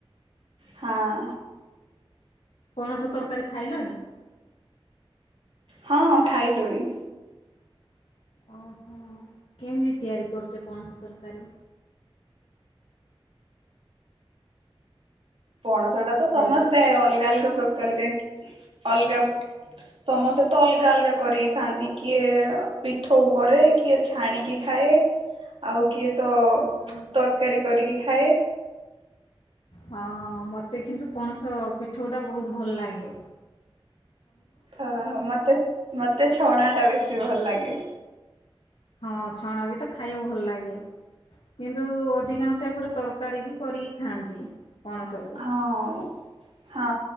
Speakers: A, on the right; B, on the left.
A: ହାଁ।
B: ପଣସ ତର୍କାରୀ ଖାଇଲଣି?
A: ହଁ ଖାଇଲୁଣି।
B: <inaudible> ଓହୋ କେମି ତିଆରି କରୁଛ ପଣସ ତର୍କାରୀ?
A: ପଣସ ଟା ତ ସମସ୍ତେ
B: ହ୍ୟାଲୋ
A: ଅଲ୍ ଗା ଅଲ୍ ଗା ପ୍ରକାର କାଇଁକି ଅଲ୍ ଗା ସମସ୍ତେ ତ ଅଲ୍ ଗା ଅଲ୍ ଗା କରିକି ଖାଆନ୍ତି କିଏ ପିଠଉ କରେ କିଏ ଛାଣିକି ଖାଏ ଆଉ କିଏ ତ
B: <inaudible> ହଁ
A: ତର୍କାରୀ କରିକି ଖାଏ।
B: ହଁ ମତେ କିନ୍ତୁ ପଣସ ପିଠଉ ଟା ବହୁତ୍ ଭଲ୍ ଲାଗେ।
A: ଓହୋ। ମତେ, ମତେ ଛଣା ଟା ବେଶୀ ଭଲ ଲାଗେ।
B: ହଁ, ଛଣା ବି ତ ଖାଇବାକୁ ଭଲ ଲାଗେ। କିନ୍ତୁ ଅଧିକାଂଶ ଏପଟେ ତରକାରୀ ବି କରିକି ଖାଆନ୍ତି। ପଣସ କୁ।
A: ହଁ ହଁ,